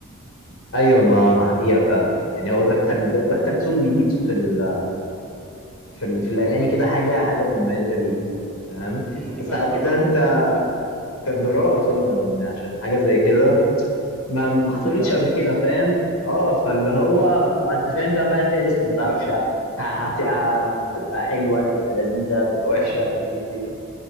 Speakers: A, on the left; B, in the centre.
A: ايوه ما ما حقيقه فعلا يعني هو دخل دخل تون جديد في ال في, ال في الاغاني كده حاجه حاجه مميزه ليه فاهم
B: مم. ودي
A: بس
B: كانت
A: على كده
B: جراءة
A: انت
B: جدا منه
A: كانت جراءه طبعا عشان حاجه زي كده ما ما
B: جديدة
A: حصلتش
B: على
A: قبل
B: الناس
A: كده فاهم اه فاللي
B: مم.
A: هو ما انت فاهم ده بقى فيها ريسك ما تعرفش ه- هت- هتبقى حلوه هتبقى لذيذه هتبقى وحشه
B: مم.
A: هتبقى ايه الدنيا